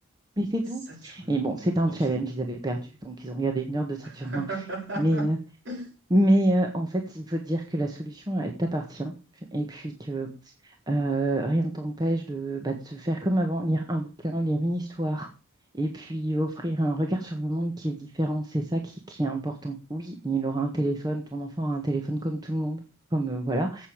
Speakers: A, on the right; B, on the right.
A: Mais c'est
B: Saturnin?
A: doux. Et bon, c'est un
B: Ok.
A: challenge, ils avaient perdu, donc ils ont regardé une heure de Saturnin.
B: <laughs>
A: Mais, euh, mais euh, en fait, il faut dire que la solution, elle t'appartient. Et puis que Euh, rien ne t'empêche de, bah, de se faire comme avant, lire un bouquin, lire une histoire, et puis offrir un regard sur le monde qui est différent. C'est ça qui, qui est important. Oui, il aura un téléphone, ton enfant aura un téléphone comme tout le monde, comme euh, voilà,